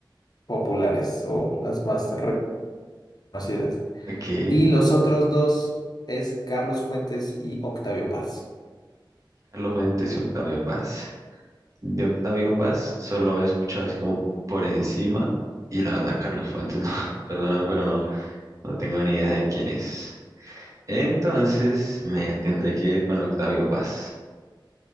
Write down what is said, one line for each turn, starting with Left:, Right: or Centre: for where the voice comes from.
Left: populares o las más reconocidas.
Right: ok,
Left: Y los otros dos es Carlos Fuentes y Octavio Paz.
Right: Carlos Fuentes y Octavio Paz. De Octavio Paz solo he escuchado así como por encima. Y la verdad, Carlos Fuentes, <laughs> no, perdóname, pero no, no tengo ni idea de quién es. Entonces me tendré que ir con Octavio Paz.